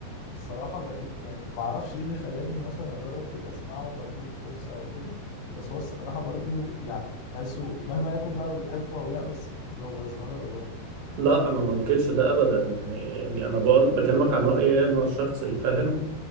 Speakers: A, on the left; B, on the right.
A: الصراحه بقيت يعني ما اعرفش ايه اللي خلاني مثلا اجرب كده اسمعه واديله فرصه او كده بس هو الصراحه برضو يعني تحسه مهما يكون بقى بتحبه او لا بس هو ظاهره برضو
B: لا انا ما انكرش ده ابدا يعني يعني انا بقول بكلمك عن رأيي انا الشخصي فاهم